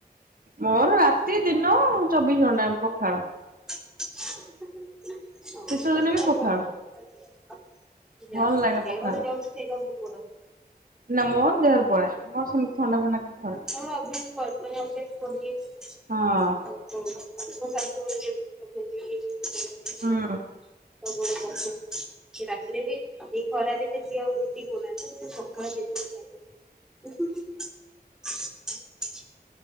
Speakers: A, on the right (about 60°); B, in the centre.
A: ମୋର ରାତି ଦିନ ଚବିଶ ଘଣ୍ଟା ପଖାଳ।
B: <inaudible> ଯାହା ହେଉ ଦେହ
A: ଶୀତ ଦିନ ବି
B: ରେ
A: ପଖାଳ
B: ଯାଉଚି ସେଇଟା ବହୁତ
A: ଭଲ ଲାଗେ ପଖାଳ
B: ବଡ଼ କଥା।
A: ନା ମୋର ଦେହରେ ପଳାଏ। ମୋର ସେମିତି ଥଣ୍ଡା ଫଣ୍ଡା କିଛି ଧରେନି।
B: <unintelligible> ପଡ଼ି ଯାଇଚି ସେଥିପାଇଁ।
A: ହଁ
B: <inaudible> <unintelligible> କି ରାତିରେ ବି ଆଉ ଏଇ
A: ହୁଁ
B: ଖରାଦିନେ ସେ ଆଉ ରୁଟି <unintelligible> ମତେ ପଖାଳ ଦେଇ ଦିଆ ମୁଁ ଖାଇ ଦେବି। <inaudible>